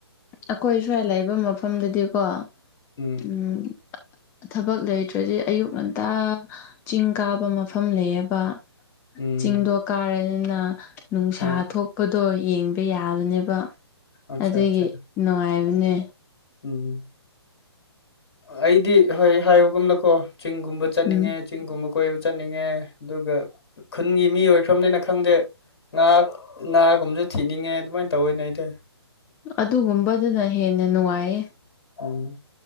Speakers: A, on the left; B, on the left.
A: ꯑꯩꯈꯣꯏ ꯁ꯭ꯋꯥꯏ ꯂꯩꯕ ꯃꯐꯝꯗꯗꯤꯀꯣ
B: ꯎꯝ
A: ꯎꯝ ꯊꯕꯛ ꯂꯩꯇ꯭ꯔꯗꯤ ꯑꯌꯨꯛ ꯉꯟꯇꯥ ꯆꯤꯡ ꯀꯥꯕ ꯃꯐꯝ ꯂꯩꯌꯦꯕ
B: ꯎꯝ
A: ꯆꯤꯡꯗꯣ ꯀꯥꯔꯅꯤꯅ ꯅꯨꯡꯁꯥ
B: ꯍꯣꯏ
A: ꯊꯣꯛꯄꯗꯣ ꯌꯦꯡꯕ ꯌꯥꯒꯅꯤꯕ
B: ꯑꯆꯥ
A: ꯑꯗꯨꯒꯤ
B: ꯑꯆꯥ
A: ꯅꯨꯡꯉꯥꯏꯕꯅꯦ
B: ꯎꯝ ꯑꯩꯗꯤ ꯍꯣꯏ ꯍꯥꯏꯕꯒꯨꯝꯅꯀꯣ ꯆꯤꯡꯒꯨꯝꯕ ꯆꯠꯅꯤꯡꯉꯦ
A: ꯎꯝ
B: ꯆꯤꯡꯒꯨꯝꯕ ꯀꯣꯏꯕ ꯆꯠꯅꯤꯡꯉꯦ ꯑꯗꯨꯒ ꯈꯨꯟꯒꯤ ꯃꯤ ꯑꯣꯏꯈ꯭ꯔꯕꯅꯤꯅ ꯈꯪꯗꯦ ꯉꯥ ꯉꯥꯒꯨꯝꯕꯁꯨ ꯊꯤꯅꯤꯡꯉꯦ ꯑꯗꯨꯃꯥꯏꯅ ꯇꯧꯋꯤꯅꯦ ꯑꯩꯗꯤ
A: ꯑꯗꯨꯒꯨꯝꯕꯗꯨꯅ ꯍꯦꯟꯅ ꯅꯨꯡꯉꯥꯏꯌꯦ
B: ꯎꯝ